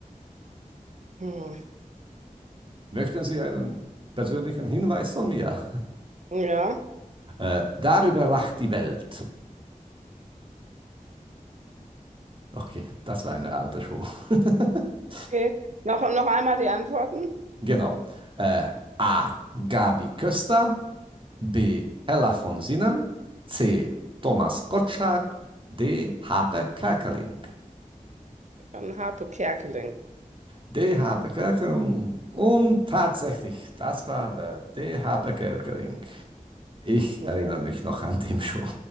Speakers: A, on the right (about 55°); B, on the right (about 40°).
A: Hm.
B: Möchten Sie einen persönlichen Hinweis von mir?
A: Ja,
B: Äh, darüber lacht die Welt. Okay, das war eine alte Show. <laughs>
A: okay. Noch, noch einmal die Antworten.
B: Genau. Äh, A. Gabi Köster, B. Hella von Sinnen, C. Thomas Gottschalk, D. Hape Kerkeling.
A: Dann Harpe Kerkeling.
B: DH Bevölkerung. Und tatsächlich, das war der DH Bevölkerung. Ich
A: Ja.
B: erinnere mich noch an dem Show.